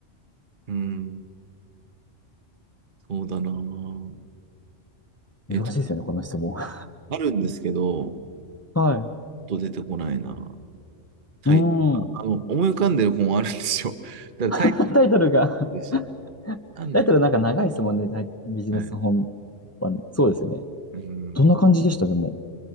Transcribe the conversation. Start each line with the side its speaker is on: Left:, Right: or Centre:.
Right: うん。そうだな。えっと、
Left: 難しいですよね、この質問。<laughs>
Right: あるんですけど、
Left: はい。
Right: ちょっと出てこないな。タイ、
Left: うーん。
Right: あの、思い浮かんでる本あるんですよ。<laughs> だからタイ
Left: <laughs> タイトルが
Right: でしょ。
Left: <laughs>
Right: なんだっけ、
Left: タイトルなんか長いですもんね、タイビジネス本
Right: はい。
Left: は。そうですよね。
Right: うん。
Left: どんな感じでした、でも、